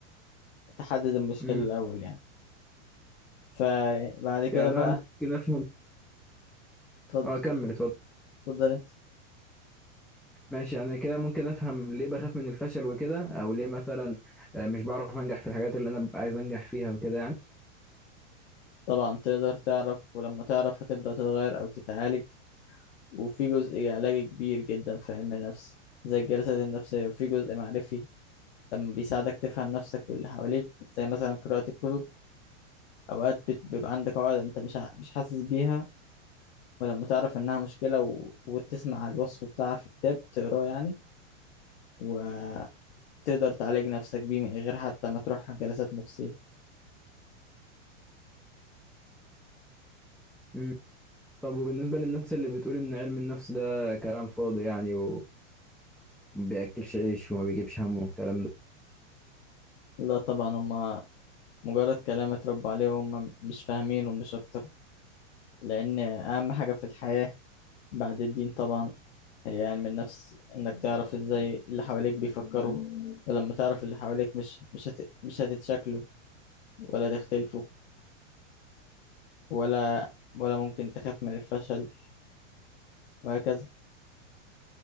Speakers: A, on the left; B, in the centre.
A: تحدد المشكلة
B: مم.
A: الأول يعني فبعد
B: يعني
A: كده بقى
B: انا ممكن افهم
A: اتفضل
B: اه كمل اتفضل
A: اتفضل أنت
B: ماشي يعني كده ممكن افهم ليه بخاف من الفشل وكده او ليه مثلا آه، مش بعرف انجح في الحاجات اللي انا ببقى عايز انجح فيها وكده يعني
A: طبعا تقدر تعرف ولما تعرف هتبدأ تتغير أو تتعالج وفي جزء علاجي كبير جدا في علم النفس زي الجلسات النفسية وفي جزء معرفي لما بيساعدك تفهم نفسك واللي حواليك زي مثلا قراءة الكتب أوقات بت- بيبقى عندك عقد أنت مش ع- مش حاسس بيها ولما تعرف إنها مشكلة و... وتسمع الوصف بتاعها في كتاب تقراه يعني وتقدر تعالج نفسك بيه من غير حتى ما تروح جلسات نفسية
B: مم. طب وبالنسبة للناس اللي بتقول ان علم النفس ده كلام فاضي يعني وما بياكلش عيش وما بيجيبش همه والكلام ده
A: لا طبعا هما مجرد كلام اتربوا عليه وهم مش فاهمين ومش أكتر لأن أهم حاجة في الحياة بعد الدين طبعا هي علم النفس إنك تعرف إزاي اللي حواليك بيفكروا ولما تعرف اللي حواليك مش مش هت... مش هتتشكلوا ولا تختلفوا ولا ولا ممكن تخاف من الفشل وهكذا